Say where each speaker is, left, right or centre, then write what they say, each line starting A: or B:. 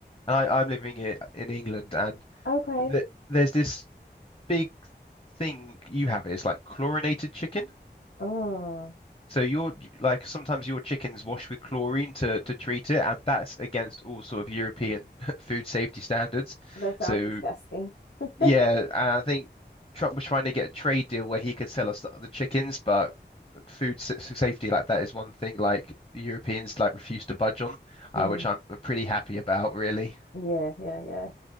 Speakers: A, on the left; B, on the left.
A: And I, I'm living i- in England, and
B: Okay.
A: th there's this big thing you have. It's like chlorinated chicken.
B: Oh.
A: So your like sometimes your chickens wash with chlorine to to treat it, and that's against all sort of European <laughs> food safety standards.
B: That sounds
A: So
B: disgusting. <laughs>
A: Yeah, and I think Trump was trying to get a trade deal where he could sell us the chickens, but food sa- safety like that is one thing like the Europeans like refuse to budge on, uh,
B: Mm,
A: which I'm I'm pretty happy about, really.
B: yeah, yeah, yeah.